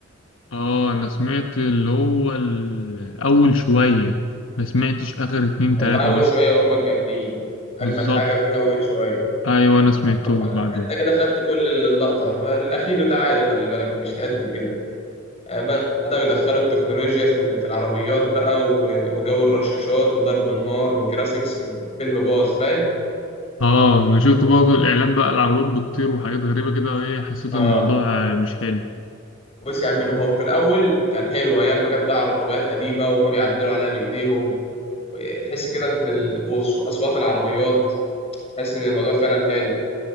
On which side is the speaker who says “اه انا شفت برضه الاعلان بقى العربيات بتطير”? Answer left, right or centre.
Left